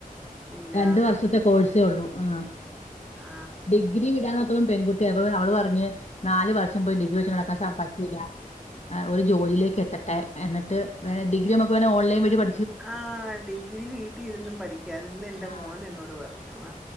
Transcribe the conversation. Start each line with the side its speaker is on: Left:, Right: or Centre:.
Centre: ഇല്ല
Left: രണ്ട് വർഷത്തെ
Centre: ആ
Left: കോഴ്സേ ഉള്ളൂ ആ
Centre: ആ
Left: ഡിഗ്രി വിടാനത്തോളം പെൺകുട്ടി അ അവള് പറഞ് നാല് വർഷം പോയി ഡിഗ്രി വെച്ച് നടക്കാൻ സ പറ്റൂല്ല ഒരു ജോലിയിലേക്ക് എത്തട്ടെ എന്നിട്ട് വേണേ ഡിഗ്രി നമക്ക് വേണേ ഓൺലൈൻ വഴി പ
Centre: ആ ഡിഗ്രി വീട്ടി ഇരുന്നും പഠിക്കാ അതിന്ന് എ ന്റെ
Left: ആഹ്
Centre: മോൻ എന്നോട് പറഞ്ഞു മ്മ